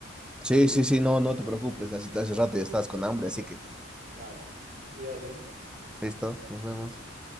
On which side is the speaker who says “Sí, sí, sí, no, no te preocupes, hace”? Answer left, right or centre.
Centre